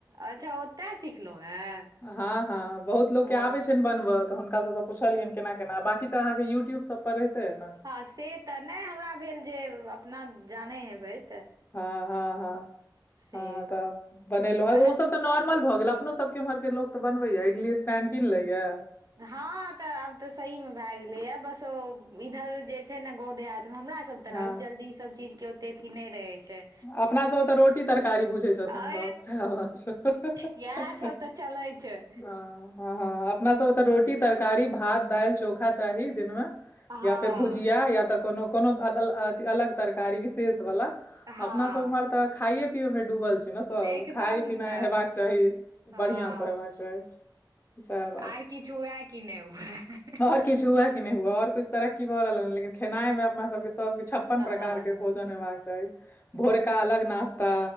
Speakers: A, on the right; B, on the left.
A: अच्छा ओतय सिखलहुँ हेँ
B: हँ हँ बहुत लोक के
A: ओ
B: आबे छैय नै बनब तऽ हुनका सबसँ पूछलियनि केना केना बाकी त अहाँके यू ट्यूब से सब पर रहिते ऐना
A: हँ से तऽ नैय हमरा भेल जे अपना जानै हेबै तऽ
B: हँ हँ हँ
A: से
B: हँ ह तऽ बनेलो
A: अच्छा
B: ओ सब तऽ नॉर्मल भ गेल अपनो सब एमहर के लोग त बनबै यै इडली स्टैंड कीन लेयै
A: हऽ तऽ आब तऽ सही मे भैय गेले यै बस इधर जे छैय ने गांव देहात मे हमरा सब तरबजल्दी
B: हँ
A: ई सब चीज के ओते अथी नैय रहे छैय।
B: अपना सभ ओतऽ रोटी तरकारी बुझै छथिन
A: अ
B: सभ सएह बात छैय हे
A: इएह
B: हे
A: सब
B: हे। ह
A: तऽ चलै छै
B: हँ हँ अपना सब तऽ रोटी तरकारी भात, दाइल, चोखा चाही दिनमे
A: हँ
B: या फेर भुजिया या तऽ कोनो कोनो अ अलग तरकारी विशेष वला
A: हँ
B: अपना सब उम्हर त खाये पीये में डूबल छियई ने सब
A: एकदम
B: खाय पिनाय
A: तऽ
B: हेबाक चाही
A: हँ
B: बढ़िआं से हेबाक चाही सएह
A: आर किछु हुए कि नैय हुए।
B: आओर किछु हुए कि नैय हुए आओर कुछ तरक्की भऽ रहल अय लेकिन खेनाइमे अपना सबके सब किछु छप्पय न
A: हँ
B: प्रकार के भोजन हेबाक चाही भोर का अलग नाश्ता